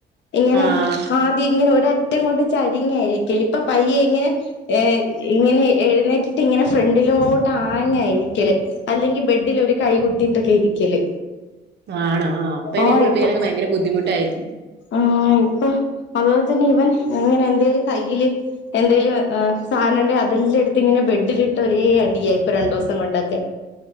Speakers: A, on the left (about 65°); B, on the right (about 60°).
A: എങ്ങനാ
B: ആഹ്
A: ആദ്യം ഇങ്ങനെ ഒരറ്റ് റ്റം കൊണ്ട് ചരിങ്ങായിരിക്കല് ഇപ്പ പയ്യെ ഇങ്ങനെ ഏഹ് ഇങ്ങനെ എഴുന്നേറ്റിട്ട് ഇങ്ങനെ ഫ്രണ്ടിലോട്ട ആഞാ ഇയിരിക്കല് അല്ലെങ്കി ബെഡ്ഢിലൊര് കൈ കുത്തിട്ടൊക്കെ ഇരിക്കല്
B: ആണോ ആ അപ്പ ഇനി
A: ആഹ്
B: കുളിപ്പിക്കാനൊക്കെ
A: ഇപ്പൊ
B: ഭയങ്കര ബുദ്ധിമുട്ടാരിക്കും.
A: ആഹ് ഇപ്പൊ അതുപോലെ തന്നെ ഇവൻ ഇങ്ങനെ എന്തേലും കയ്യില് എന്തേലും ആഹ് സാധന്ണ്ടേ അതെല്ലാം എടുത്ത് ഇങ്ങനെ ബെഡിലിട്ട് ഒരേ അടിയായി ഇപ്പ രണ്ടുസം കൊണ്ടൊക്കെ.